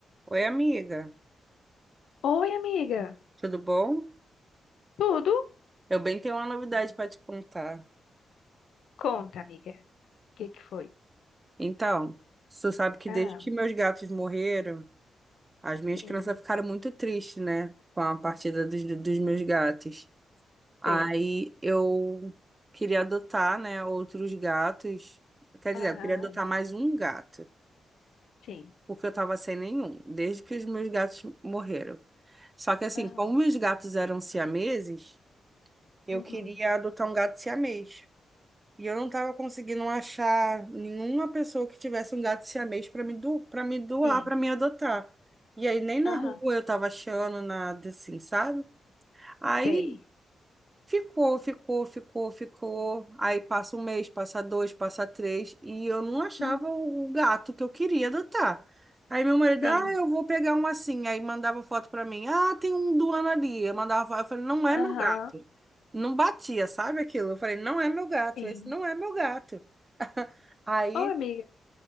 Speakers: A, on the right; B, on the left.
A: Oi, amiga,
B: Oi, amiga.
A: tudo bom?
B: Tudo?
A: Eu bem tenho uma novidade para te contar.
B: Conta, amiga. O que que foi?
A: Então, você sabe que
B: Ah,
A: desde que meus gatos morreram, as minhas
B: sim,
A: crianças ficaram muito tristes, né? Com a partida dos, dos meus gatos. Aí
B: sei.
A: eu queria adotar, né, outros gatos. Quer dizer,
B: Aham,
A: eu queria adotar mais um gato,
B: sim.
A: porque eu tava sem nenhum, desde que os meus gatos morreram. Só que assim,
B: Aham,
A: como meus gatos eram siameses, eu
B: uhum,
A: queria adotar um gato siamês. E eu não tava conseguindo achar nenhuma pessoa que tivesse um gato siamês para me, do, para me doar,
B: sim.
A: para me adotar. E aí nem na
B: Aham,
A: rua eu tava achando nada assim, sabe? Aí
B: sei.
A: ficou, ficou, ficou, ficou. Aí passa um mês, passa dois, passa três, e eu não achava
B: Uhum,
A: o gato que eu queria adotar. Aí meu marido,
B: sim.
A: ah, eu vou pegar um assim. Aí mandava foto para mim, ah, tem um doando ali. Eu mandava foto, eu falei, não é
B: Aham,
A: meu gato. Não batia, sabe aquilo? Eu falei, não é meu gato,
B: sim.
A: esse não é meu gato. Aí,
B: Ô, amiga,